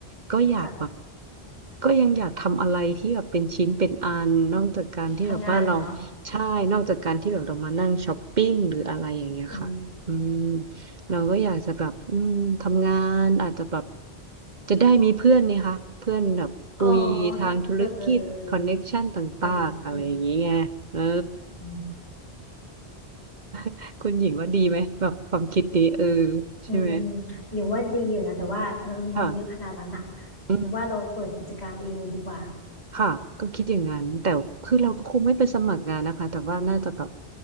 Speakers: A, on the right (about 45°); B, on the left (about 80°).
A: ก็อยากแบบ
B: ค่ะ
A: ก็ยังอยากทำอะไรที่แบบเป็นชิ้นเป็นอันนอกจากการที่แบบว่าเรา
B: ทำงานเหรอ
A: ใช่นอกจากการที่แบบเรามานั่งช้อปปิ้งหรืออะไรอย่างเงี้ยค่ะอืม
B: อืม
A: เราก็อยากจะแบบอืมทำงานอาจจะแบบจะได้มีเพื่อนนี่คะเพื่อนแบบคุยทางธุรกิจคอนเน็กชันต่างๆอะไรอย่างเงี้ยเออ
B: อ๋อเออเออเออเอออืมอืมอืม
A: <laughs> คุณหญิงว่าดีไหมแบบความคิดนี้เออ
B: อืมอมอยังว่าดีอยู่นะ
A: ใช่ไหม
B: แต่ว่าเรามีเงินเยอะขนาดนั้นอะ
A: ค่ะอืม
B: อยังว่าเราเปิดกิจการเองเลยดีกว่า
A: ค่ะก็คิดอย่างนั้นแต่คือเราก็คงไม่ไปสมัครงานนะคะแต่ว่าน่าจะแบบ